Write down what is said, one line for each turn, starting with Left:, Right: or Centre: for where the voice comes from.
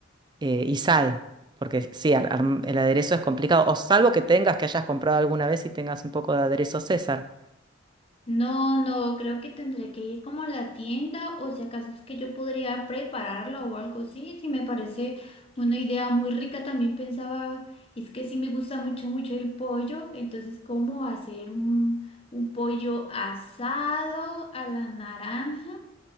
Right: eh, y sal, porque sí, ar- arm- el aderezo es complicado, o salvo que tengas, que hayas comprado alguna vez y tengas un poco de aderezo César.
Left: No, no, creo que tendré que ir como a la tienda o si acaso es que yo podría prepararlo o algo así, si me parece una idea muy rica. También pensaba, es que sí me gusta mucho, mucho el pollo, entonces cómo hacer un, un pollo asado a la naranja,